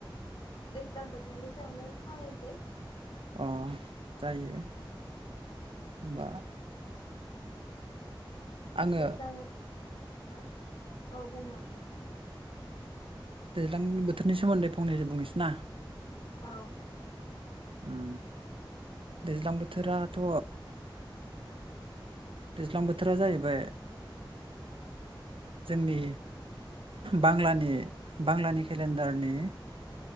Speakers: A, on the left; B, on the right.
A: दैज्लां बोथोरनि सायावनो सावरायनोसै
B: अ जायो बा
A: ज न <unintelligible>
B: आङो
A: दैज्लां मा औ बुंनो हागोन
B: दैलां बोथोरनि सोमोन्दै फंनैसो बुंनोसै ना?
A: औ
B: उम दैज्लां बोथोराथ' दैज्लां बोथोरा जाहैबाय जोंनि बांलानि बांलानि केलेन्डारनि